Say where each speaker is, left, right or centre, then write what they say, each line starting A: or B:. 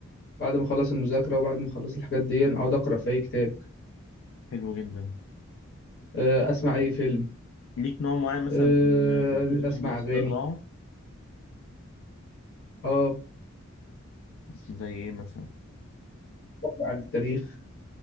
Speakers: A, on the left; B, on the left.
A: بعد ما اخلص المذاكره وبعد ما اخلص الحاجات دي اقعد اقرا في اي كتاب
B: حلو جدا
A: آه، اسمع اي فيلم
B: ليك نوع معين مثلا
A: آه،
B: في ال- في الكتب بتحب
A: اسمع اغاني
B: تقراه
A: اه
B: زي ايه مثلا
A: أقرأ عن التاريخ